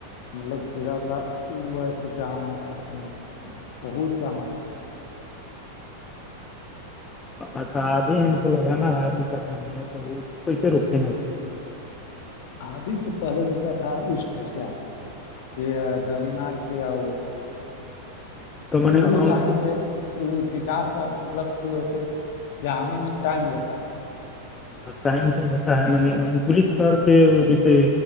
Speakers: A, on the left; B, on the left.
A: مطلب کھیرا تھا وہا ایسے جام والا اپنے بہچ ہم
B: اچھا آدھی ہم کو لگانا ہے دو کٹھہ میں تو اس کو کیسے روکتے ہیں ہم
A: آدھی تو پہلے روتا تھا اس ٹائپ سے آد یہ د مار کے کیا
B: تو میں
A: لن
B: نے
A: وہ ہو ہے سے وہ وکاس مطلب وہسے دانے میں ٹائم لیتا ہے
B: ٹائم تو ج ہے انکولت کر کے جیسے